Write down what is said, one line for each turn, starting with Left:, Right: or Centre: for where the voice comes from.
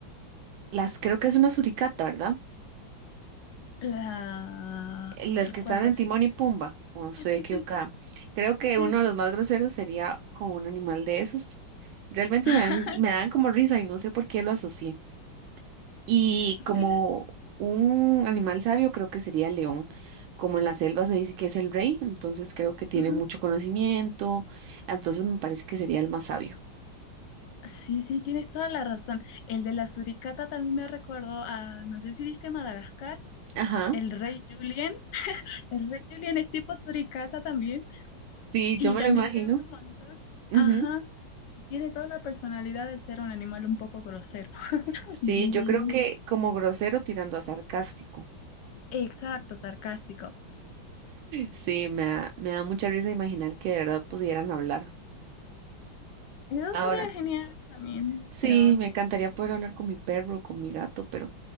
Right: las, creo que es una suricata, ¿verdad?
Left: La...
Right: Las que
Left: ¿Cuál,
Right: están
Left: cuál?
Right: en Timón y Pumba, o no estoy
Left: Ah,
Right: equivocada.
Left: sí, sí, sí.
Right: Creo que
Left: Sí,
Right: uno
Left: es-
Right: de los más groseros sería como un animal de esos. Realmente
Left: <laughs>
Right: me dan, me dan como risa y no sé por qué lo asocié. Y
Left: sí.
Right: como un animal sabio, creo que sería el león. Como en la selva se dice que es el rey, entonces creo que tiene
Left: ujú.
Right: mucho conocimiento. Entonces me parece que sería el más sabio.
Left: Sí, sí, tienes toda la razón. El de la suricata también me recordó a, no sé si viste Madagascar,
Right: Ajá,
Left: el rey Julien. <laughs> El rey Julien es tipo suricata también.
Right: sí,
Left: Y
Right: yo me
Left: también
Right: lo imagino.
Left: que habla un montón.
Right: Ujú,
Left: Ajá. Y tiene toda la personalidad de ser un animal un poco grosero <laughs>
Right: Sí,
Left: y muy
Right: yo creo que como grosero tirando a sarcástico.
Left: exacto, sarcástico.
Right: Sí, me da, me da mucha risa imaginar que de verdad pudieran hablar.
Left: Eso
Right: Ahora,
Left: sería genial también,
Right: sí,
Left: pero
Right: me encantaría poder hablar con mi perro, con mi gato, pero